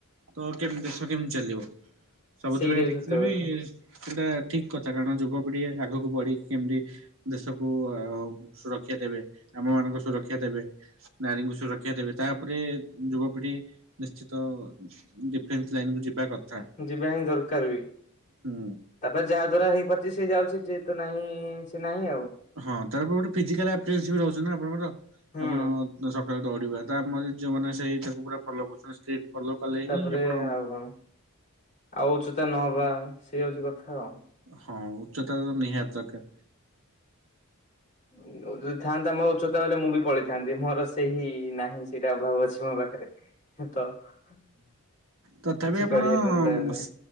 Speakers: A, on the right; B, on the left.
A: ତ କେମ ଦେଶ କେମିତି ଚାଲିବ ସବୁଥିପାଇ
B: ସେଇଟା
A: ଦେଖିଲେ
B: ସତ କଥା।
A: ବି ସେଟା ଠିକ କଥା କାରଣ ଯୁବପିଢି ଆଗକୁ ବଢିକି କେମିତି ଦେଶକୁ ଅ ସୁରକ୍ଷା ଦେବେ ଆମ ମାନଙ୍କୁ ସୁରକ୍ଷା ଦେବେ। ନାରୀଙ୍କୁ ସୁରକ୍ଷା ଦେବେ ତାପରେ ଯୁବପିଢି ନିଶ୍ଚିତ ଡିଫେନ୍ସ ଲାଇନ କୁ ଯିବା କଥା।
B: ଯିବା ହିଁ ଦରକାର ବି।
A: ହୁଁ।
B: ତାପରେ ଯାହା ଦ୍ଵାରା ହେଇପାରୁଚି ସେ ଯାଉଚି ଯିଏ ତ ନାହିଁ ସେ ନାହିଁ ଆଉ।
A: ହଁ ତା ପ ଗୋଟେ ଫିଜିକଲ ଅପ୍ରେନ୍ସିଭ ରହୁଚିନା ଆପଣଙ୍କର
B: ହୁଁ
A: ଆପଣ ତ ସକାଳୁ ଦୌଡିବା ଟା ଆମର ଯିଉମାନେ ସେଇ ତାକୁ ପୁରା ଫଲୋ କରୁଚନ୍ତି ଷ୍ଟ୍ରିଟ ଫଲୋ କଲେ
B: ତାପରେ
A: ହିଁ ଆପଣ
B: ଆଉ କଣ ଆଉ ଉଚ୍ଚତା ନହବା ସେଇ ହଉଚି କଥା ଆଉ।
A: ହଁ ଉଚ୍ଚତା ତ ନିହାତି ଦରକାର।
B: ଅ ଉ ଯଦି ଥାନ୍ତା ମୋର ଉଚ୍ଚତା ହେଲେ ମୁଁ ବି ପଳେଇଥାନ୍ତି ମୋର ସେ ସେହି ନାହିଁ ସେଇଟା ଅଭାବ ଅଛି ମୋ ପାଖରେ। ତ କିଛି
A: ତଥାପି ଆପଣ
B: କରିହେଲାନି ତା ପାଇଁ।
A: ସ